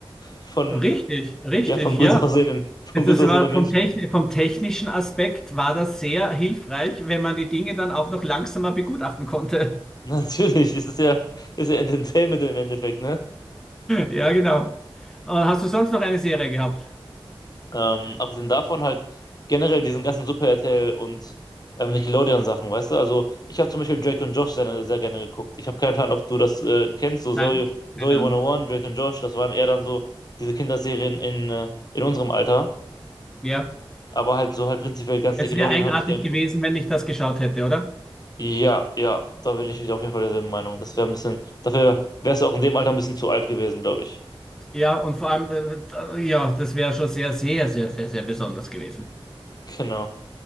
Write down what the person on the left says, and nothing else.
von,
ja, von gut
<laughs> aussehenden, von
gut
aussehenden
Menschen.
<laughs>
Natürlich, es ist ja, ist ja Entertainment im Endeffekt, ne?
Ähm, abgesehen davon halt generell diesen ganzen Super RTL und ähm, Nickelodeon-Sachen, weißt du? Also ich habe zum Beispiel Drake und Josh sehr, sehr gerne geguckt. Ich habe keinen Plan, ob du das äh, kennst, so Zoe,
Zoe 101,
Drake und Josh, das waren eher dann so diese Kinderserien in, äh, in unserem Alter.
Aber halt so halt prinzipiell ganz
Nickelodeon
habe ich gerne geguckt.
Ja, ja, da bin ich auf jeden Fall derselben Meinung. Das wäre ein bisschen, dafür wärst du auch in dem Alter ein bisschen zu alt gewesen, glaube ich.
Genau.